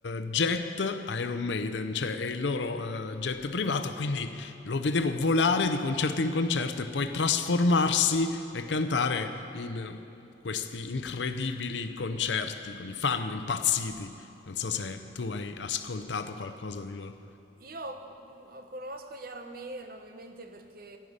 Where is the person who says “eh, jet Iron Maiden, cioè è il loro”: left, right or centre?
Left